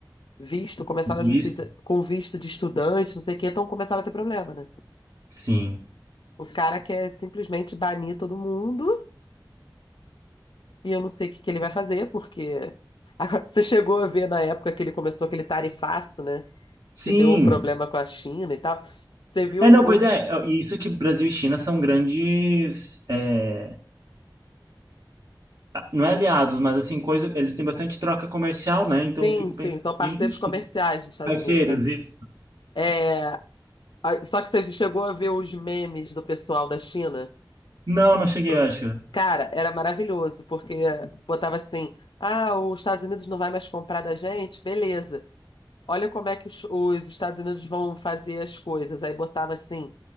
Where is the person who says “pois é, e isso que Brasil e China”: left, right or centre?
Right